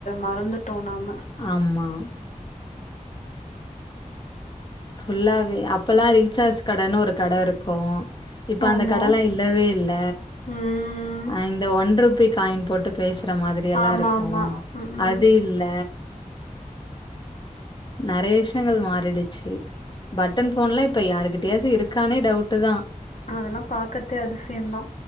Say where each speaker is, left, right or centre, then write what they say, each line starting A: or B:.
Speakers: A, on the left (about 60°); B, on the left (about 35°).
A: மறந்துட்டோ நாம
B: ஆமா ஃபுல்லாவே அப்பல்லா ரீசார்ஜ் கடன்னு ஒரு கட இருக்கு இப்ப
A: ஆமா
B: அந்த கடலா இல்லவே இல்ல
A: ம்
B: அ இந்த ஒன்ருப்பி காயின் போட்டு பேசுற மாதிரி எல்லா
A: ஆமா
B: இருக்கு
A: ஆமா ம்
B: அது இல்ல நறைய விஷ்யங்கள் மாறிடுச்சு பட்டன் ஃபோன்லா இப்ப யாருக்கிட்டயாச்சு இருக்கானே டவுட்டு தா
A: அதெல்லா பாக்கற்தே அதிசயந்தா